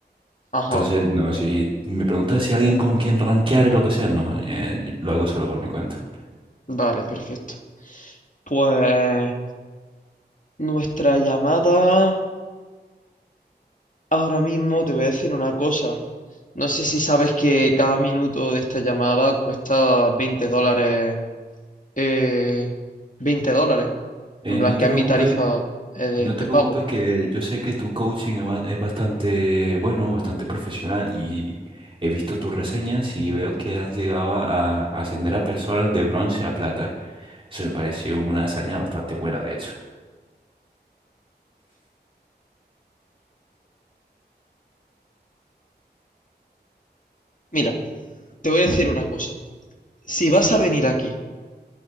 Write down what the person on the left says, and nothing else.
Ajá,
vale, perfecto. Pues nuestra llamada... Ahora mismo te voy a decir una cosa. No sé si sabes que cada minuto de esta llamada cuesta 20 dólares. eh, 20 dólares.
En plan,
que
es
mi tarifa eh, de,
de
pago.
Mira, te voy a decir una cosa. Si vas a venir aquí